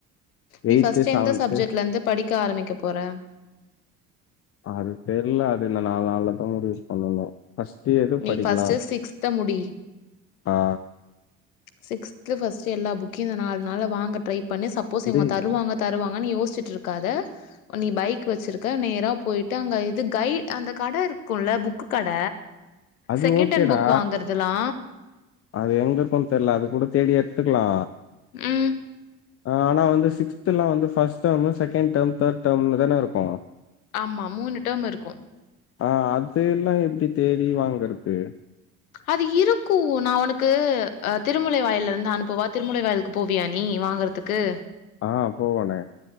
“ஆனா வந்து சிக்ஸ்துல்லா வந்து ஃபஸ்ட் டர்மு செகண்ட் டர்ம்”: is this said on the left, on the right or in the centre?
Left